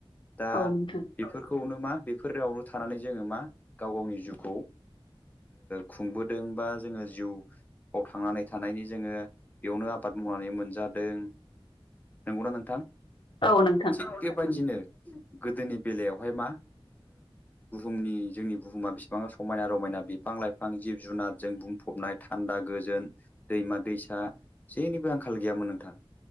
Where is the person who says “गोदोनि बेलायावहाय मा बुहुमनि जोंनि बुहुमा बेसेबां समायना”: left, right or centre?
Left